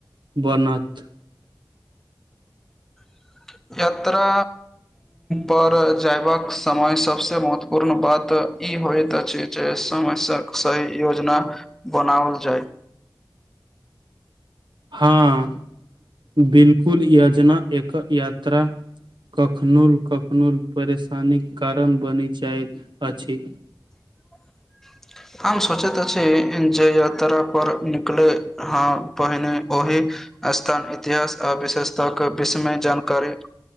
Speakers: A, on the right; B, in the centre.
A: बनत,
B: <inaudible> यात्रा पर जयबाक समय सबसे महत्वपूर्ण बात। तऽ ई होइत अछि जे समय सँ सही योजना बनाओल जाय। <inaudible>
A: हँ बिलकुल यजना एक यात्रा। कखनहु-कखनहु परेशानीक कारण बनि जाइत अछि।
B: <inaudible> हम सोचैत अछि जे यात्रा पर निकले हँ पहिने ओहि स्थान इतिहास आ विशेषताके विषयमे जानकारी